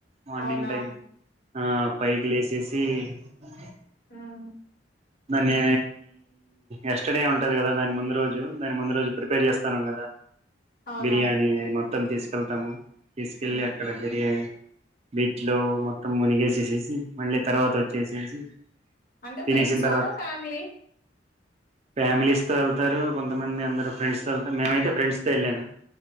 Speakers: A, on the right; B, on the left.
A: మార్నింగ్
B: అవునా
A: టైమ్ ఆ పైకి లేచేసి అ
B: మ్మ్
A: దాన్ని ఎస్టర్డే ఉంటది కదా దాని ముందు రోజు దాని ముందు రోజు ప్రిపేర్ చేస్తాన్నాం కదా
B: అవునా
A: బిర్యాని మొత్తం తీసుకెళ్తాము తీసుకెళ్ళి
B: ఉమ్
A: అక్కడ బిర్యానీ బీచ్ లో మొత్తం మునిగేసేసేసి మళ్ళీ తర్వాత వచ్చేసేసి
B: అంటే
A: తినేసిన
B: ఫ్రెండ్స్ సర
A: తర్వాత
B: ఫమ్లీ
A: ఫ్యామిలీస్ తో వెళ్తారు కొంతమంది అందరు ఫ్రెండ్స్ త వెళ్తారు మేమైతే ఫ్రెండ్స్ తో వెళ్ళాను